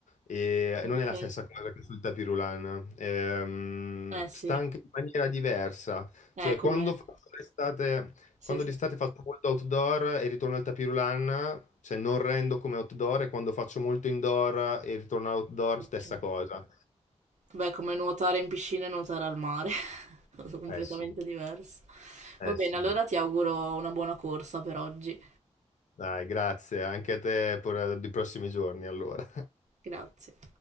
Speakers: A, on the left; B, on the right.
A: E
B: Ok.
A: non è la stessa cosa che sul tapirulan, ehm,
B: Eh sì,
A: sta anche in maniera diversa,
B: è
A: cioè
B: come...
A: quando faccio l'estate,
B: Sì,
A: quando
B: sì.
A: d'estate faccio molto outdoor e ritorno al tapirulan, cioè non rendo come outdoor e quando faccio molto indoor e ritorno all'outdoor
B: Ok.
A: stessa cosa.
B: Beh, come nuotare in piscina e nuotare al mare, <laughs> sono completamente
A: Eh sì,
B: diverso.
A: eh
B: Va bene,
A: sì,
B: allora ti auguro una buona corsa per oggi.
A: dai, grazie, anche a te per eh, i prossimi giorni allora.
B: Grazie.